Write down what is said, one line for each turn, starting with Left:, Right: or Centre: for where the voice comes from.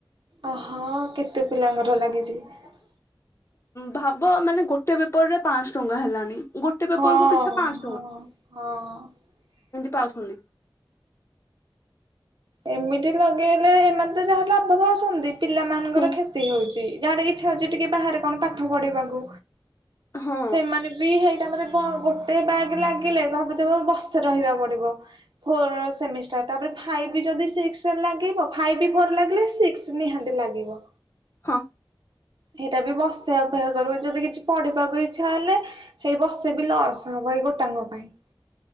Right: ଅହ କେତେ ପିଲାଙ୍କର ଲାଗିଛି, ଚି
Left: ଭାବ ମାନେ ଗୋଟେ ପେପର ରେ ପାଆଁଶ ଟଙ୍କା ହେଲାଣି।
Right: ହଁ
Left: ଗୋଟେ ପେପର କୁ ପିଛା ପାଞ୍ଚ
Right: ହଁ ହଁ
Left: ପାଉଛନ୍ତିି!
Right: ଏମିତି ଲଗେଇଲେ ଏମାନେ ତ ଯାହା ଲାଭ ପାଉଚନ୍ତି ପିଲାମାନାନଙ୍କର
Left: ହୁଁ।
Right: କ୍ଷତି ହଉଛି ଯାହାର ଇଚ୍ଛା ହଉଛି ଟିକେ ବାହାରେ କଣ ପାଠ ପଢିବାକୁ
Left: ହଁ
Right: ସେମାନେ ବି ହେଇ ମ ଗୋଟେ ବ୍ୟାଗ୍ ଲାଗିଲେ ଭାବୁଥ ବସେ ରହିବା ପଡିବ ଫୋର ସେମିଷ୍ଟ ତାପରେ ଫାଇଭ ଯଦି ସେସ ଲାଗିବ ଫାଇଭ୍ ବି ଫୋର୍ ଲାଗିଲେ ସିକ୍ସ! ନିହାତି ଲାଗିବ।
Left: ହଁ।
Right: ସେଇଟା ବି ବସେ ଅପେକ୍ଷା କରିବୁ ଯଦି କିଛି ପଢିବାକୁ ଇଛା ହେଲେ ସେଇ ବସେ ବି ଲସ୍ ହବ ଏଇ ଗୋଟାଙ୍କ ପାଇଁ?